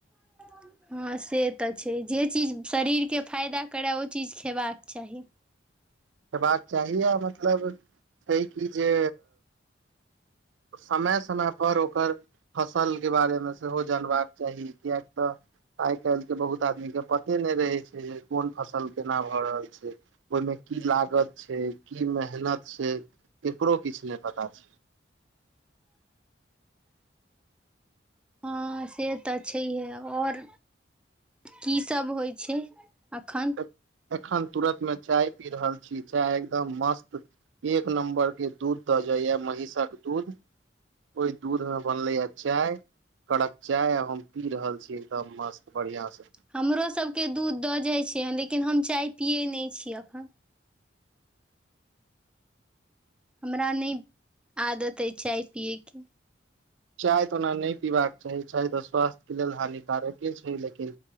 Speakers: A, in the centre; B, on the right (about 80°).
A: <unintelligible> हँ से त छै जे चीज शरीरके फायदा करय ओ चीज खेबाक चाही
B: खेबाक चाही आ मतलब छै कि जे समय समय पर ओकर फसल के बारेमे सेहो जनबाक चाही किएक त आइ काल्हिके बहुत आदमीके पते नहि रहैत छै जे कोन फसल केना भ रहल छै ओहिमे की लागत छै की मेहनत छै केकरो किछ नहि पता छै
A: <inaudible> हँ से त छैहे ओर कीसभ होइ छै अखन
B: एख- एखन तुरत मे चाय पी रहल छी चाय एकदम मस्त एक नंबर के दूध दजइया महिषक दूध ओहि दूधमे बनलैया चाय कड़क चाय हम पी रहल छी एकदम मस्त बढ़ियां स
A: हमरो सबके दूध द जाइ छै लेकिन हम चाय पियै नहि छी अखन हमरा नहि आदत अइ चाय पियैके
B: चाय त ओना नहि पीबाक चाही चाय त स्वास्थ्य के लेल हानिकारके छै लेकिन